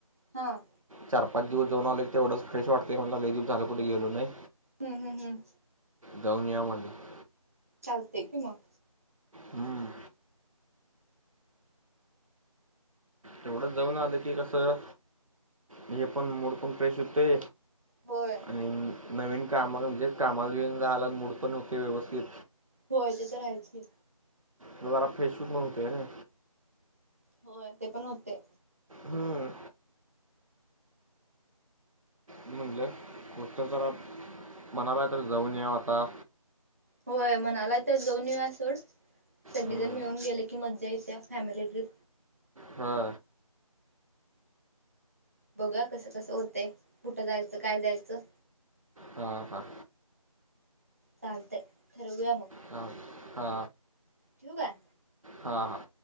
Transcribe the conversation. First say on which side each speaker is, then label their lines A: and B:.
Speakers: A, on the right; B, on the right.
A: हां.
B: चार-पाच दिवस जाऊन आले तर तेवढंच फ्रेश वाटतय म्हणला लय दिवस झालं कुठं गेलो नाही.
A: हम्म हम्म हम्म.
B: जाऊन या म्हणलं.
A: चालते कि मग.
B: हम्म. तेवढंच जाऊन आलोय की कसं हे पण मूड पण फ्रेश होते.
A: होय.
B: नवीन नवीन कामाला म्हणजे कामाला <unintelligible> मूड पण होते व्यवस्थित.
A: होय ते तर हायच की.
B: तो जरा फ्रेश <unintelligible> म्हणतोय ना.
A: होय ते पण होते.
B: हम्म. म्हणलं <unintelligible> जरा आप म्हणायला तर जाऊन येऊ आता.
A: होय म्हणायला तर जाऊन येऊ या सोड सगळीजण
B: हं
A: मिळून गेले की मज्जा येत्या फॅमिली ट्रिप.
B: हा.
A: बघू या कसं कसं होतय कुठं जायचं काय जायचं?
B: हा हा.
A: चालतय ठरवूया मग.
B: हा हा.
A: ठेवू काय
B: हां हां.